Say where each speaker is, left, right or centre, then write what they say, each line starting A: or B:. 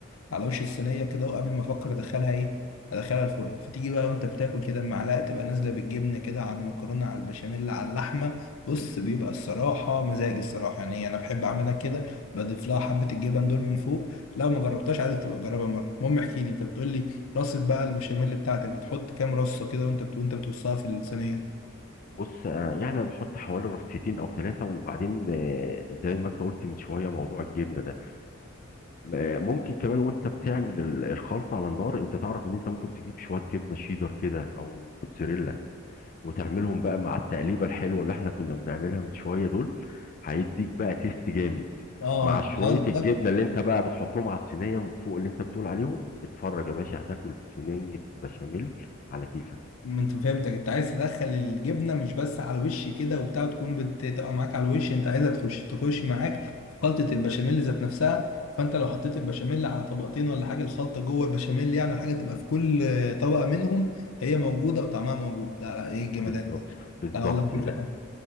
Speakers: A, on the left; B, on the left.
A: على وش الصينية كده وقبل ما أفكر أدخلها إيه أدخلها الفرن فتيجي بقى وأنت بتاكل كده المعلقة تبقى نازلة بالجبنة كده على المكرونة على البشاميل على اللحمة بص بيبقى الصراحة مزاجي الصراحة يعني أنا بحب أعملها كده بضيف لها حبة الجبن دول من فوق لو ما جربتهاش عايزك تبقى تجربها مرة المهم احكي لي انت بتقول لي رصة بقى المشاميل بتاعتك بتحط كام رصة كده وانت بت... وانت بترصها في الصينية
B: بص آه، يعني انا بحط حوالي رصيتين او ثلاثه وبعدين آه، زي ما انت قلت من شويه موضوع الجبنه ده م- آه، ممكن كمان وانت بتعمل ال- الخلطه على النار انت تعرف ان انت ممكن تجيب شويه جبنه شيدر كده او موتزاريلا وتعملهم بقى مع التقليبه الحلوه اللي احنا كنا بنعملها من شويه دول هيديك بقى تيست جامد
A: اه
B: مع
A: انت
B: شويه
A: قصدك
B: الجبنه اللي انت بقى بتحطهم على الصينيه من فوق اللي انت بتقول عليهم اتفرج يا باشا هتاكل صينيه بشاميل على كيفك
A: انت فهمتك انت عايز تدخل الجبنة مش بس على الوش كده وبتاع تكون بتبقى معاك على الوش انت عايزها تخش تخش معاك في خلطة البشاميل ذات نفسها فانت لو حطيت البشاميل على طبقتين ولا حاجة الخلطة جوه البشاميل يعني الحاجة تبقى في كل طبقة منهم هي موجودة وطعمها موجود لا لا ايه الجمدان
B: بالظبط
A: ده
B: بالظبط
A: لا والله فكرة